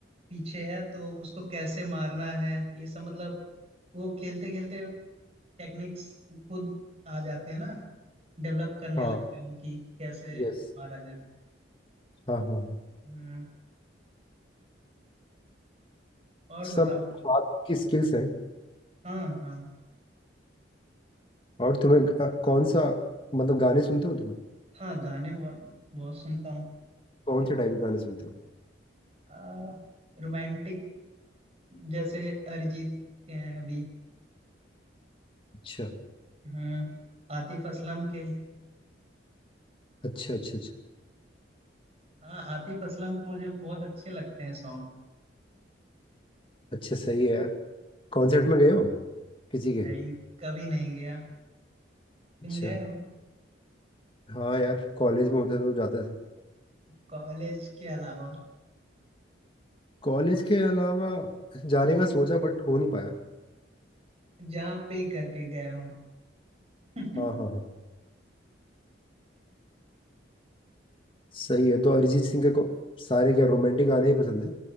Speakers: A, on the right; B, on the left.
A: पीछे है तो उसको कैसे मारना है ये सब मतलब वो खेलते खेलते टेक्निक्स खुद आ जाते हैं ना डेवलप करने
B: हाँ
A: लगते हैं कि कैसे
B: यस
A: मारा जाए
B: हाँ हाँ हाँ
A: हम्म और
B: सब
A: बताओ
B: हाथ की स्किल्स हैं
A: हाँ हाँ
B: और तुम्हें ग- कौन सा मतलब गाने सुनते हो तुम
A: हाँ गाने बहुत बहुत सुनता हूँ
B: कौन से टाइप के गाने सुनते हो
A: आ, रोमांटिक जैसे अरिजीत के हैं अभी
B: अच्छा
A: हम्म आतिफ असलम के
B: अच्छा अच्छा अच्छा
A: हाँ आतिफ असलम के मुझे बहुत अच्छे लगते हैं सॉन्ग
B: अच्छा सही है यार कॉन्सर्ट में गए हो किसी के
A: नहीं कभी नहीं गया
B: अच्छा
A: तुम गए हो
B: हाँ यार कॉलेज में होता तो जाते थे
A: कॉलेज के अलावा
B: कॉलेज के अलावा जाने का सोचा बट हो नहीं पाया
A: जहाँ पे करके गए हो <laughs>
B: हाँ हाँ हाँ सही है तो अरिजीत सिंह के को सारे क्या रोमांटिक गाने ही पसंद है